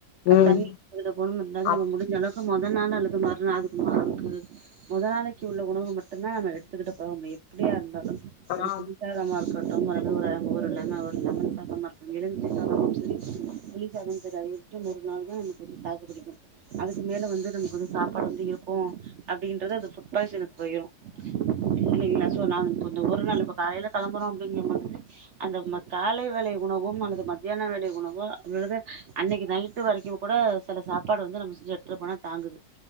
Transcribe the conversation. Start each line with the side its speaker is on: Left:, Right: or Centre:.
Right: அ
Left: ம்
Right: தண்ணி அதுல போனு ரெண்டாவது நம்ம
Left: அப்
Right: முடிஞ்ச அளவுக்கு முதல் நாள் அல்லது மறுநாள் அதுக்கு மா இருக்கு முத நாளைக்கு உள்ள உணவு மட்டுதான் நம்ம எடுத்துகிட்டு போவ முடியும் எப்டியா இருந்தாலும் ஒரு
Left: ஆம்
Right: பு ளி சாதமா இருக்கட்டும் ஒரு ஒரு லெம ஒரு லெமன் சாதமா இருக்கட்டும் எலுமிச்ச சாதமும் சரி லெமன் சோறு அது ஒரு நாள் தான் நமக்கு தாக்கு பிடிக்கும் அதுக்கு மேல வந்து நமக்கு வந்து சாப்பாடு வந்து இரு க்கும் அப்டின்றது அது ஃபுட் பாய்சனுக்கு போயிரும் இல்லைங்களா சோ நான் கொஞ்சம் ஒரு நாள் இப்ப காலையில கிளம்புறோம் அப்டிங்கம் பொழுது அந்த காலை வேலை உணவும் அல்லது மத்தியான வேலை உணவோ அல்லது அன்னைக்கு நைட்டு வரைக்கும் கூட சில சாப்பாடு வந்து நம்ம செஞ்ச எடுத்துட்டு போனா தாங்குது